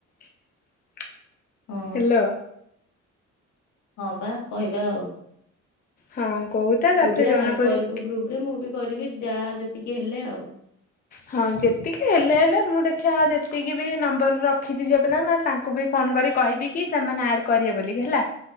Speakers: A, on the left; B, on the left.
A: ହ୍ୟାଲୋ
B: ହଁ ହଁ ବା କହିବା ଆଉ।
A: ହଁ କହୁଥା ତାପରେ
B: ତୁ ବି ଆଡ
A: ଜଣା ପଡିବ।
B: କରିବୁ ଗ୍ରୁପ ରେ ମୁଁ ବି କରିବି ଯାହା ଯେତିକି। ହେଲେ ଆଉ।
A: ହଁ ଯେତିକି ହେଲେ ହେଲେ ମୁଁ ଦେଖିବା ଯେତିକି ବି ନମ୍ବର ରଖିଛି ଝିଅ ପିଲ ନା ତାଙ୍କୁ ବି ଫୋନ କରି କହିବି କି ସେମାନେ ଆଡ କରିବେ ବୋଲିକି ହେଲା